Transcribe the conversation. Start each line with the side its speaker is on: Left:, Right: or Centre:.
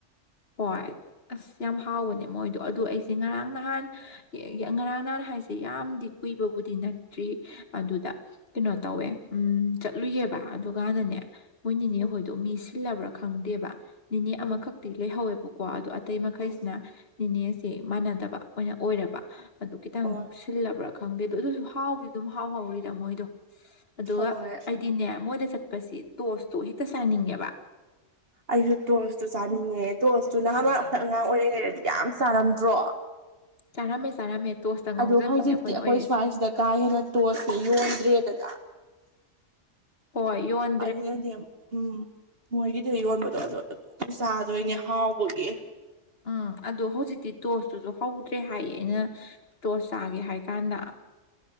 Left: ꯍꯣꯏ ꯑꯁ ꯌꯥꯝ ꯍꯥꯎꯕꯅꯦ ꯃꯣꯏꯗꯣ ꯑꯗꯨ ꯑꯩꯁꯦ ꯉꯔꯥꯡ ꯅꯍꯥꯟ ꯉꯔꯥꯡ ꯅꯍꯥꯟ ꯍꯥꯏꯁꯦ ꯌꯥꯝꯗꯤ ꯀꯨꯏꯕꯕꯨꯗꯤ ꯅꯠꯇ꯭ꯔꯤ ꯑꯗꯨꯗ ꯀꯩꯅꯣ ꯇꯧꯋꯦ ꯎꯝ ꯆꯠꯂꯨꯏꯌꯦꯕ ꯑꯗꯨꯀꯥꯟꯗꯅꯦ ꯃꯣꯏ ꯅꯤꯅꯦꯍꯣꯏꯗꯣ
Right: ꯎꯝ
Left: ꯃꯤ ꯁꯤꯜꯂꯕ꯭ꯔ ꯈꯪꯗꯦꯕ ꯅꯤꯅꯦ
Right: ꯎꯝ
Left: ꯑꯃꯈꯛꯇꯤ ꯂꯩꯍꯧꯋꯦꯕꯀꯣ ꯑꯗꯨ ꯑꯇꯩ ꯃꯈꯩꯁꯤꯅ
Right: ꯎꯝ
Left: ꯅꯤꯅꯦꯁꯦ ꯃꯥꯟꯅꯗꯕ ꯑꯣꯏꯅ ꯑꯣꯏꯔꯕ ꯑꯗꯨ ꯈꯤꯇꯪ
Right: ꯍꯣꯏ
Left: ꯁꯤꯜꯂꯕ꯭ꯔ ꯈꯪꯗꯦ ꯑꯗꯨꯗꯣ ꯑꯗꯨꯁꯨ ꯍꯥꯎꯗꯤ ꯑꯗꯨꯝ ꯍꯥꯎꯍꯧꯔꯤꯗ ꯃꯣꯏꯗꯣ ꯑꯗꯨꯒ
Right: ꯍꯣꯏ
Left: ꯑꯩꯗꯤꯅꯦ ꯃꯣꯏꯗ ꯆꯠꯄꯁꯤ ꯇꯣꯁꯇꯣ ꯍꯦꯛꯇ ꯆꯥꯅꯤꯡꯉꯦꯕ
Right: ꯑꯩꯁꯨ ꯇꯣꯁꯇꯨ ꯆꯥꯅꯤꯡꯉꯦ ꯇꯣꯁꯇꯨ ꯅꯍꯥꯟ ꯋꯥꯏ ꯑꯩꯈꯣꯏ ꯑꯉꯥꯡ ꯑꯣꯏꯔꯤꯉꯩꯗꯗꯤ ꯌꯥꯝ ꯆꯥꯔꯝꯗ꯭ꯔꯣ
Left: ꯆꯥꯔꯝꯃꯦ ꯆꯥꯔꯝꯃꯦ ꯇꯣꯁꯇ ꯉꯥꯎꯖꯕꯤꯅꯦ
Right: ꯑꯗꯨ ꯍꯧꯖꯤꯛꯇꯤ
Left: ꯑꯩꯈꯣꯏꯅ
Right: ꯑꯩꯈꯣꯏ
Left: ꯑꯣꯏꯔꯛꯏꯁꯦ
Right: ꯁ꯭ꯋꯥꯏꯁꯤꯗ ꯀꯥ ꯍꯦꯟꯅ ꯇꯣꯁꯁꯤ ꯌꯣꯟꯗ꯭ꯔꯦꯗꯅ ꯌꯥ
Left: ꯍꯣꯏ ꯌꯣꯟ
Right: ꯑꯗꯨꯅꯅꯦ ꯎꯝ ꯃꯣꯏꯒꯤꯗꯣ ꯌꯣꯟꯕꯗꯣ ꯑꯗꯨ ꯑꯗꯨꯝ ꯆꯥꯗꯣꯏꯅꯦ ꯍꯥꯎꯕꯒꯤ
Left: ꯎꯝ ꯑꯗꯣ ꯍꯧꯖꯤꯛꯇꯤ ꯇꯣꯁꯇꯨꯁꯨ ꯍꯧꯗ꯭ꯔꯦ ꯍꯥꯏꯌꯦ ꯑꯩꯅ ꯇꯣꯁ ꯆꯥꯒꯦ ꯍꯥꯏ ꯀꯥꯟꯗ